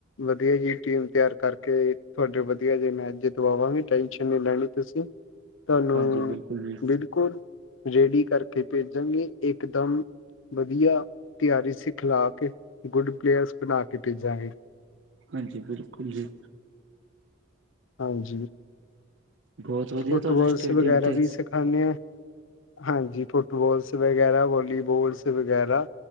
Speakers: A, on the left (about 75°); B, on the right (about 70°).
A: ਵਧੀਆ ਜੀ ਟੀਮ ਤਿਆਰ ਕਰਕੇ ਤੁਹਾਡੇ ਵਧੀਆ ਜੀ ਮੈਂਚ ਜਿਤਵਾਵਾਂਗੇ ਟੈਨਸ਼ਨ ਨਈ ਲੈਣੀ ਤੁਸੀਂ ਤੁਹਾਨੂੰ
B: ਹਾਂਜੀ ਬਿਲਕੁਲ ਜੀ
A: ਬਿਲਕੁਲ ਰੇਡੀ ਕਰਕੇ ਭੇਜਾਂਗੇ ਇਕ ਦਮ ਵਧੀਆ ਤਿਆਰੀ ਸਿਖਲਾ ਕੇ ਗੁੱਡ ਪਲੇਅਰਸ ਬਣਾ ਕੇ ਭੇਜਾਂਗੇ
B: ਹਾਂਜੀ ਬਿਲਕੁਲ ਜੀ
A: ਹਾਂਜੀ
B: ਬਹੁਤ ਵਧੀਆ
A: ਫੁੱਟਬੋਲਸ
B: ਤੁਹਾਡਾ ਸਟੇਡੀਅਮ
A: ਵਗੈਰਾ
B: ਤੇ
A: ਵੀ ਸਿਖਾਂਦੇ ਹਾਂ ਹਾਂਜੀ ਫੁੱਟਬੋਲ ਵਗੈਰਾ ਵਾਲੀਬੋਲਸ ਵਗੈਰਾ